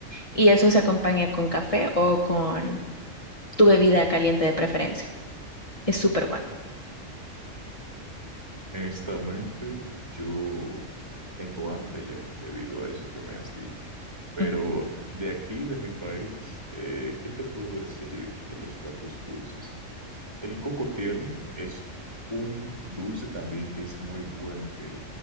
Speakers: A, on the left; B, on the right.
A: Y eso se acompaña con café o con tu bebida caliente de preferencia. Es súper bueno.
B: Honestamente, yo tengo hambre ya debido a eso que me has dicho. Pero
A: Mm.
B: de aquí, de mi país, eh, ¿qué te puedo decir de los platos dulces? El coco tierno es un dulce también que es muy bueno que